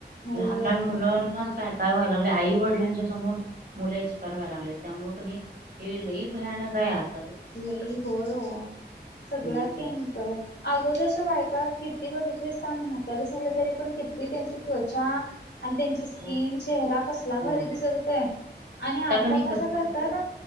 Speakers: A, on the left (about 70°); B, on the right (about 55°).
A: होय.
B: लहान लहान मुलं काय व्हाय लागलय, आई वडिलांच्या समोर मुलं एक्सपायर व्हाय लागल्यात त्यामुळे की नई <unintelligible> <inaudible>
A: नाही, होय सगळ्या
B: हम्म.
A: केमिकल अगोदरच्या बायका किती बघितलीस का म्हातार झालं तरी पण किती त्यांची त्वचा आणि त्यांची स्किन
B: हो
A: चेहरा कसला भारी
B: होय
A: दिसत होतोय आणि आता
B: कणी
A: कस
B: कसं
A: करतात,
B: झालंय